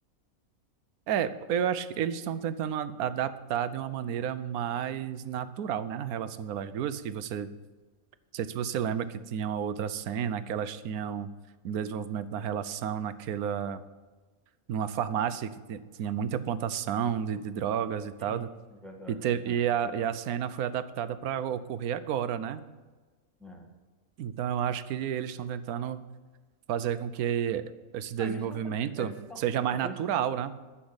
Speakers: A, on the right (about 85°); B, in the centre.
A: É, eu acho que eles estão tentando a- adaptar de uma maneira mais natural, né? A relação delas duas, que você. Não sei se você lembra que tinha uma outra cena, que elas tinham um desenvolvimento da relação naquela. numa farmácia que ti- tinha muita plantação de, de drogas e tal.
B: Sim, é verdade.
A: E, te- e,
B: É,
A: a,
B: foi-
A: e a cena foi adaptada para ocorrer agora, né?
B: é.
A: Então eu acho que eles estão tentando fazer com que esse desenvolvimento
B: Não, eles estão eles estão
A: seja mais natural,
B: eles estão
A: né?